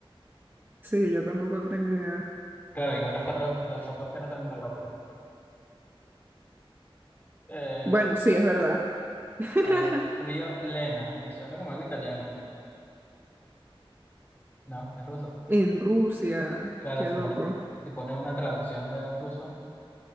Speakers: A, on the right; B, on the left.
A: Sí, yo tampoco tengo idea.
B: Claro, igual las cuatro, las cuatro opciones también las tampoco. Eh,
A: Bueno, sí, es verdad. <laughs>
B: a ver, río Lena. Me suena como algo italiano. No, es ruso.
A: En Rusia,
B: Claro,
A: qué
B: si
A: loco.
B: pone, si pone una traducción del ruso,